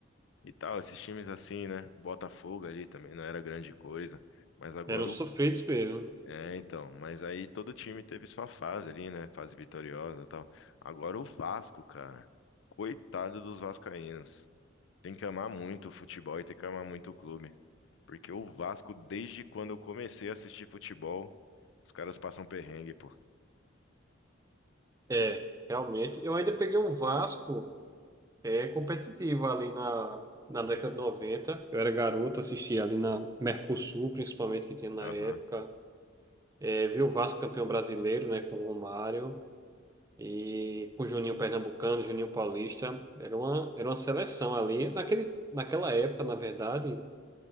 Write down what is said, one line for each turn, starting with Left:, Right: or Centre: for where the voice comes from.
Left: e tal, esses times assim, né? Botafogo ali também não era grande coisa. Mas agora
Right: Eram sofridos
Left: o.
Right: mesmo.
Left: É, então. Mas aí todo time teve sua fase ali, né? Fase vitoriosa e tal. Agora o Vasco, cara. Coitado dos vascaínos. Tem que amar muito o futebol e tem que amar muito o clube. Porque o Vasco, desde quando eu comecei a assistir futebol, os caras passam perrengue, pô.
Right: É, realmente. Eu ainda peguei um Vasco. é competitivo ali na, na década de noventa Eu era garoto, assistia ali na Mercosul, principalmente, que tinha na
Left: Aham,
Right: época. É, vi o Vasco campeão brasileiro, né, com o Romário e com o Juninho Pernambucano, Juninho Paulista. Era uma, era uma seleção ali. Naquele, naquela época, na verdade,